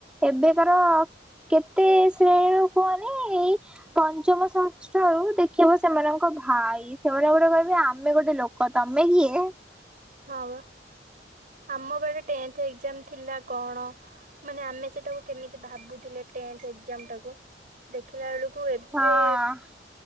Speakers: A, in the centre; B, on the right (about 45°).
A: ଏବେକାର କେତେ ଶ୍ରେଣୀରୁ କୁହନି ଏଇ ପଞ୍ଚମ ଷଷ୍ଠରୁ ଦେଖିବ ସେମାନଙ୍କ ଭାଇ ସେମାନେ ଗୋଟେ କହିବେ ଆମେ ଗୋଟେ ଲୋକ କ ତମେ କିଏ?
B: ହଁ ପା, ଆମବେଳେ ଟେନଥ୍‌ ଏକ୍ଜାମ୍ ଥିଲା କଅଣ, ମାନେ ଆମେ ସେଟାକୁ କେମିତି ଭାବୁଥିଲେ ଟେନଥ୍ ଏକ୍ଜାମଟାକୁ ଦେଖିଲା ବେଳୁ କୁ ଏବେେ
A: ହଁ।